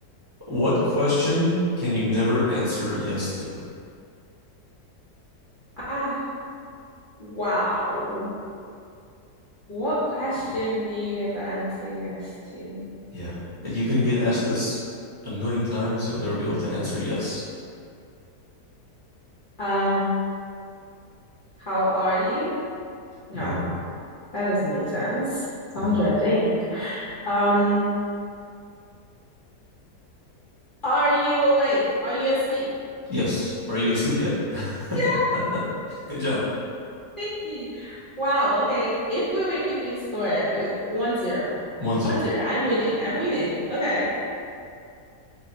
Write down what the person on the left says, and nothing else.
Ah, wow. What question can you never answer yes to?
Um, how are you? No.
That doesn't make sense. Sandra,
think. Um, are you awake? Are you asleep?
Yeah,
thank you. Wow. Okay. If we were keeping score, uh, one zero.
One zero. I'm winning. I'm winning. Okay.